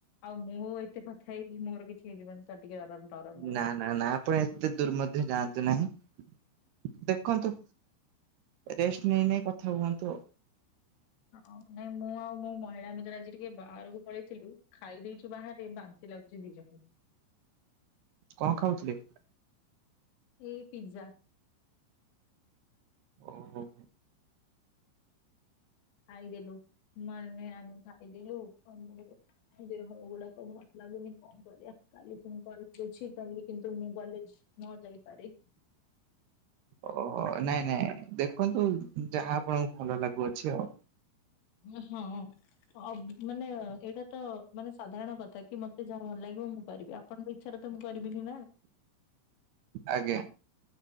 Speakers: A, on the left; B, on the right.
A: ଆଉ ମୁଁ ଏତେ କଥା ହେଇକି ମୋର କିଛି ହେଇଯିବନି ତ ଟିକେ <unintelligible>
B: ନା
A: ଲାଗୁଛି।
B: ନା ନା ଆପଣ ଏତେ ଦୂର ମଧ୍ୟ ଯାଆନ୍ତୁ ନାହିଁ। ଦେଖନ୍ତୁ। ରେଷ୍ଟ ନେଇ ନେଇ କଥା ହୁହନ୍ତୁ ଆଉ।
A: ହଁ ନାଇଁ ମୁଁ ଆଉ ମୋ ମହିଳା ମିତ୍ର ଆଜି ଟିକେ ବାହାରକୁ ପଳେଇଥିଲୁ ଖାଇ ଦେଇଚୁ ବାହାରେ ବାନ୍ତି ଲାଗୁଚି ଦି ଜଣକୁ।
B: କଣ ଖାଉଥିଲେ?
A: ଏଇ ପିଜ୍ଜା
B: ଓ ହୋ ହୋ।
A: ଖାଇଦେଲୁ ମେ ଆମ ଖାଇଦେଲୁ <unintelligible> ଦେହ ଗୁଡାକ ଭଲ ଲାଗୁନି କଣ କରିଆ, କାଲି ପୁଣି କଲେଜ୍ ଅଛି। କାଲି କିନ୍ତୁ ମୁଁ କଲେଜ୍ ନ ଯାଇପାରେ।
B: ଓ ହୋ ନାଇଁ ନାଇଁ, ଦେଖନ୍ତୁ ଯାହା ଆପଣଙ୍କୁ ଭଲ ଲାଗୁଅଛି ଆଉ।
A: ଓ ହଁ। ମାନେ ଏଇଟା ତ ମାନେ ସାଧାରଣ କଥା କି, ମତେ ଯାହା ଭଲ ଲାଗିବ ମୁଁ କରିବି। ଆ ଆପଣଙ୍କ ଇଚ୍ଛାରେ ତ ମୁଁ କରିବିନି ନା।
B: ଆଜ୍ଞା।